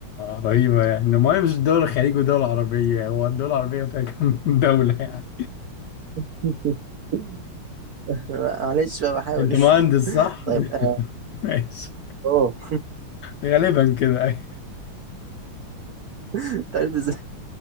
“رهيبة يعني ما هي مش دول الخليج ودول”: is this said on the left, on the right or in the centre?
Left